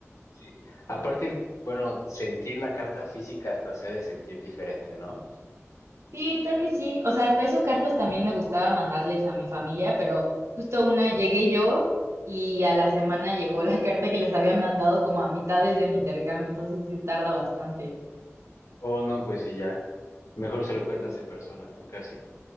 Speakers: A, on the left; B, on the right.
A: sí. Aparte, bueno, sentir la carta física hasta se ha de sentir diferente, ¿no?
B: Sí, tal vez sí. O sea, hasta eso cartas también me gustaba mandarles a mi familia, pero justo una llegué yo y a la semana llegó la <laughs> carta que les había mandado como a mitades de mi intercambio, entonces sí tarda bastante.
A: O no, pues sí, ya. Mejor se lo cuentas en persona, ¿no? Casi.